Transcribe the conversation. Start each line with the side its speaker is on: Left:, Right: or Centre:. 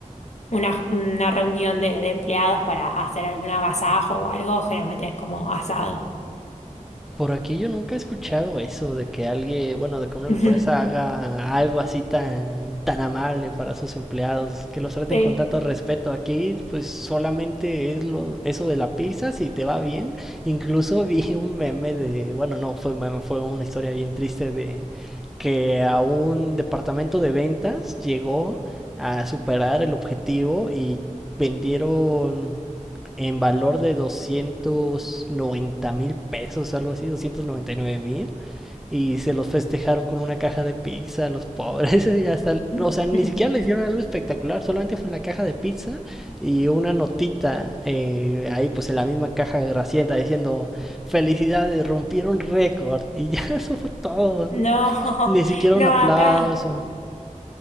Left: una, una reunión de, de empleados para hacer algún agasajo o algo, generalmente es como asado.
Centre: Por aquí yo nunca he escuchado eso de que alguien, bueno, de que una empresa
Left: <laughs>
Centre: haga algo así tan, tan amable para sus empleados, que los traten
Left: Sí.
Centre: con tanto respeto. Aquí, pues solamente es lo, eso de la pizza, si te va bien. Incluso vi un meme de, bueno, no fue meme, fue una historia bien triste de que a un departamento de ventas llegó a superar el objetivo y vendieron en valor de 290 mil pesos, algo así, 299 mil. Y se los festejaron con una caja de pizza, los pobres. <laughs> Hasta,
Left: <laughs>
Centre: o sea, ni siquiera le hicieron algo espectacular, solamente fue la caja de pizza y una notita eh, ahí, pues en la misma caja gracienta diciendo: Felicidades, rompieron récord. Y ya <laughs> eso fue todo.
Left: No,
Centre: Ni siquiera
Left: no,
Centre: un aplauso.
Left: acá.